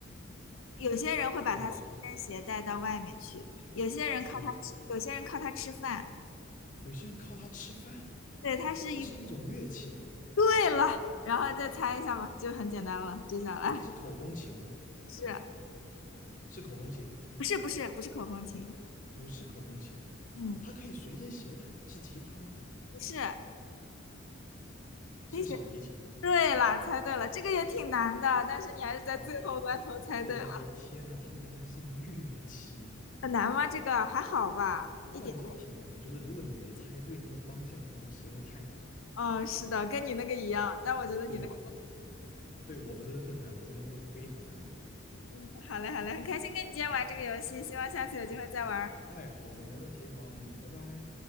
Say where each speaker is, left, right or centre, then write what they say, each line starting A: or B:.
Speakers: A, on the left; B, on the left.
A: 有些人会把它随身携带到外面去，
B: 有些
A: 有些人靠它吃，
B: 谁
A: 有些人靠它吃饭。
B: 有些人靠它吃饭，
A: 对，它是一，
B: 它是一种乐器吗？
A: 对了，然后再猜一下吧，就很简单了，接下来
B: 它是口风琴吗？
A: <laughs> 是
B: 是口风琴，
A: 不是不是不是口风琴？
B: 不是口风琴，
A: 嗯，
B: 它可以随身携带，是吉他吗？
A: 不是，
B: 是小提琴吗？
A: 可以写。对啦，猜对了，这个也挺难的，但是你还是在最后关头猜对了，
B: 哎呀，我的天呐，它原来是乐器，
A: 很难吗？这个还好吧，一点。
B: 我感觉这挺难的。就是如果你没猜对那个方向的话，这个实在是太难。
A: 嗯，是的，跟你那个一样，但我觉得你那个，
B: 对，对，我的这个更难，我这个是非常难了，我觉得。
A: 嗯，好嘞，好嘞，很开心跟你今天玩这个游戏，希望下次有机会再玩。
B: 哎，好的，没问题，好，嗯，拜拜。